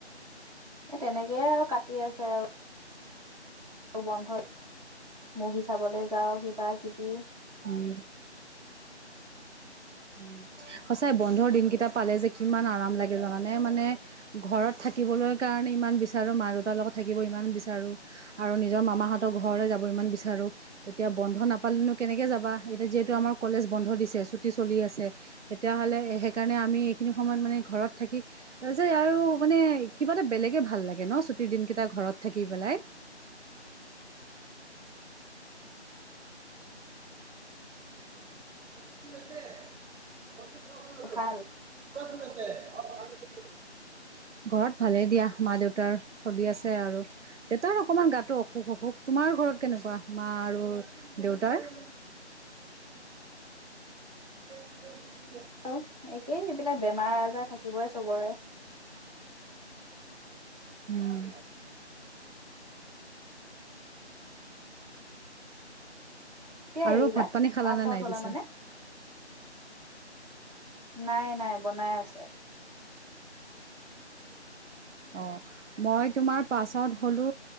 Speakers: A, on the right; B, on the right.
A: এ, তেনেকে আৰু কাটি আছে আৰু। বন্ধত মুভি চাবলৈ যাওঁ, কিবা কিবি।
B: উম। উম, সঁচাই বন্ধৰ দিনকেইটা পালে যে, কিমান আৰাম লাগে জানানে মানে ঘৰত থা থাকিবলৈ কাৰণে ইমান বিচাৰো মা দেউতাৰ লগত থাকিব ইমান বিচাৰো আৰু নিজৰ মামাহঁতৰ ঘৰলৈ যাব বিচাৰো এতিয়া বন্ধ নাপালে কেনেকে যাবা এতিয়া যিহেতু আমাৰ কলেজ বন্ধ দিছে ছুটী। চলি আছে তেতিয়াাহ'লে সেইকাৰণে আমি এইখিনি সময়ত মানে ঘৰত থাকি যে আৰু মানে। কিবা এটা বেলেগে ভাল লাগে ন ছুটিৰ দিন কেইটা ঘৰত থাকি পেলাই।
A: <inaudible>
B: <inaudible>
A: ভাল <inaudible>
B: ঘৰত ভালে দিয়া মা দেউতাৰ চলি আছে আৰু দেউতাৰ অকমান গাটো অসুখ-অসুখ তোমাৰ? ঘৰত কেনেকুৱা মা আৰু দেউতাৰ?
A: <inaudible>
B: উম, <unintelligible>
A: আৰু একেই এইবিলাক বেমাৰ আজাৰ থাকিবই চবৰে।
B: উম,
A: কেতিয়া
B: আৰু
A: এৰিলা
B: ভাত পানী খালানে
A: পাছ আউট
B: নাই
A: হলা
B: পিছে
A: মানে। নাই-নাই বনাই আছে।
B: অ' মই তোমাৰ পাছ আউট‌ হলো